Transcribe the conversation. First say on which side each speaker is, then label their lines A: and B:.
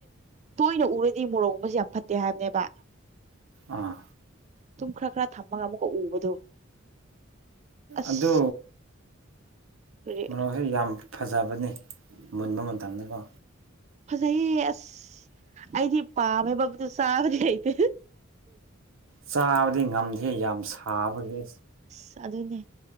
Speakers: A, on the right; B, on the right.
A: ꯇꯣꯏꯅ ꯎꯔꯗꯤ ꯃꯣꯔꯣꯛꯒꯨꯝꯕꯕꯁꯤꯦ ꯌꯥꯝ ꯐꯠꯇꯦ ꯍꯥꯏꯕꯅꯦꯕ
B: ꯑꯥ
A: ꯇꯨꯝ ꯈꯔ ꯈꯔ ꯊꯝꯃꯒ ꯑꯃꯨꯛꯀ ꯎꯕꯗꯣ ꯑꯁ
B: ꯑꯗꯨ
A: ꯀꯔꯤ
B: ꯃꯔꯣꯛꯁꯦ ꯌꯥꯝ ꯐꯖꯕꯅꯤ ꯃꯨꯟꯕ ꯃꯇꯝꯗꯀꯣ
A: ꯐꯖꯩꯌꯦ ꯑꯁ ꯑꯩꯗꯤ ꯄꯥꯝꯃꯦ ꯕꯕꯗꯨ ꯆꯥꯕꯗꯤ ꯍꯇꯦ
B: ꯆꯥꯕꯗꯤ ꯉꯝꯗꯦ ꯌꯥꯝ ꯁꯥꯕꯒꯤ
A: ꯑꯁ ꯑꯗꯨꯅꯦ